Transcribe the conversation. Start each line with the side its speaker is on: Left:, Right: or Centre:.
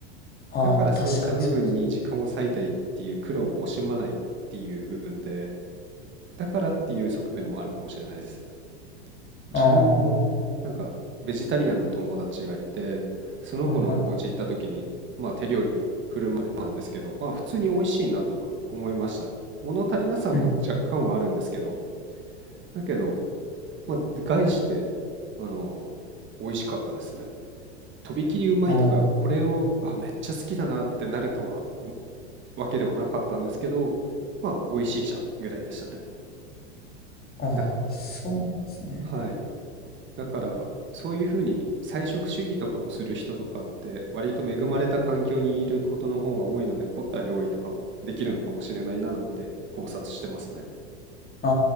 Left: ああ、
Right: だからそういった部分に時間を割いたりっていう苦労を惜しまないっていう部分で、
Left: まあ確かにそうです。
Right: だからっていう側面もあるかもしれないです。自分もなんかベジタリアンの友達がいて、
Left: ああ、は
Right: その子のお家行った時に、
Left: いはい。
Right: まあ手料理振る舞われたんですけど、まあ普通に美味しいなとは思いました。物足りなさも若干はあるんですけど、
Left: うん
Right: だけど、まあ概して、あの、美味しかったですね。とびきりうまいとか、
Left: うん。
Right: これを、あ、めっちゃ好きだなってなるとは、おわけではなかったんですけど、まあ美味しいじゃんぐらいでしたね。
Left: ああ、ああ、
Right: だか
Left: そうなんですね。
Right: ら、はい。だから、そういうふうに菜食主義とかをする人とかって、割と恵まれた環境にいることの方が多いので、凝った料理とかもできるのかもしれないななんて考察してますね。
Left: あ